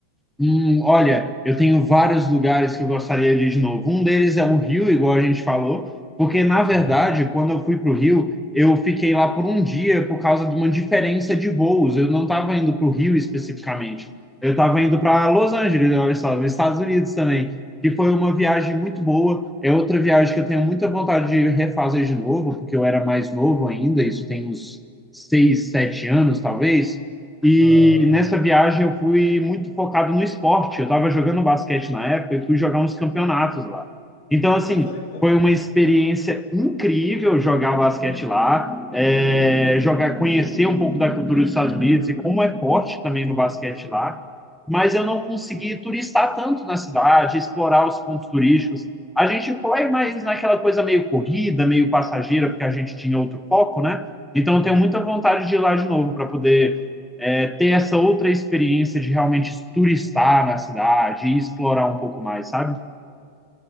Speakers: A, in the centre; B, on the left (about 45°).
A: Hum, olha, eu tenho vários lugares que eu gostaria de ir de novo. Um deles é o Rio, igual a gente falou, porque na
B: Sim.
A: verdade, quando eu fui para o Rio, eu fiquei lá por um dia por causa de uma diferença de voos. Eu não estava indo para o Rio especificamente. Eu estava indo para Los Angeles, olha só, nos Estados Unidos também, que foi uma viagem muito boa. É outra viagem que eu tenho muita vontade de refazer de novo, porque eu era mais novo ainda, isso tem uns seis, sete anos, talvez. E
B: Aham.
A: nessa viagem eu fui muito focado no esporte. Eu estava jogando basquete na época e fui jogar uns campeonatos lá. Então, assim,
B: Ah, que legal.
A: foi uma experiência incrível jogar basquete lá, é, jogar, conhecer um pouco da cultura dos Estados Unidos e como é forte também no basquete lá. Mas eu não consegui turistar tanto na cidade, explorar os pontos turísticos. A gente foi, mas naquela coisa meio corrida, meio passageira, porque a gente tinha outro foco, né? Então, eu tenho muita vontade de ir lá de novo para poder é, ter essa outra experiência de realmente turistar na cidade e explorar um pouco mais, sabe?